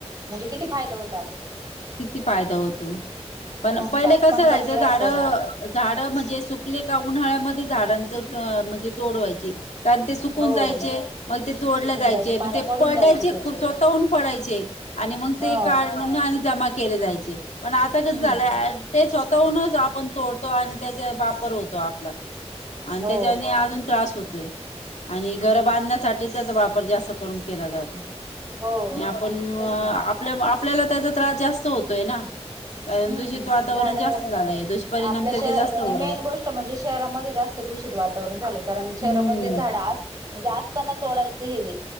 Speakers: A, on the right; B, on the left.
A: म्हणजे किती फायदा होत
B: किती फायदा होतो पण
A: मग
B: पहिले
A: तापमान
B: कसं राहायचं
A: कमी राहत
B: झाड झाड म्हणजे सुकले का उन्हाळ्यामध्ये झाडांच म्हणजे तोडवायची कारण ते सुकून
A: हो
B: जायचे मग ते चोडलं
A: सुकून
B: जायचे
A: पानं
B: मग ते
A: पडून
B: पडायचे
A: जायचे त्याचे
B: स्वतःहून पडायचे आणि मग
A: हा
B: ते काढ आणि जमा केले जायचे पण आता कस
A: हम्म
B: झालंय ते स्वतः नच आपण तोडतो आणि त्याचा वापर होतो आपला आणि
A: हो
B: त्याच्याने अजून त्रास होतो आणि घर बांधण्यासाठी त्याचा वापर जास्त करून केला जातो आणि
A: हो
B: आपण
A: तेच
B: आपल्या
A: ना
B: आपल्याला त्याचा त्रास जास्त होतोय ना
A: ह
B: कारण
A: ना
B: दूषित
A: हम्म
B: वातावरण
A: झाड
B: जास्त झालंय दुष्परिणाम
A: आपल्या
B: त्याचे
A: श
B: जास्त
A: आणि
B: होऊ
A: मेन
B: राहिले
A: गोष्ट म्हणजे शहरामध्ये जास्त दूष वातावरण झालं कारण शहरामधले
B: हम्म
A: झाड म्हणजे असताना तोडायचं हे